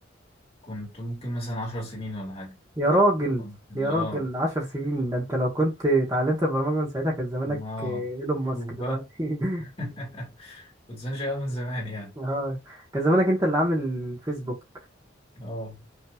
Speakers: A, on the left; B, on the right.
A: كنت ممكن مثلا عشر سنين ولا حاجه
B: يا راجل
A: كنت
B: يا
A: اه
B: راجل عشر سنين ده انت لو كنت اتعلمت البرمجة من ساعتها كان زمانك
A: اه
B: آه، ايلون ماسك
A: شوف
B: دلوقتي
A: بقى <laughs>
B: <laughs>
A: كنت سنجي من زمان يعني
B: اه كان زمانك انت اللي عامل فيسبوك
A: اه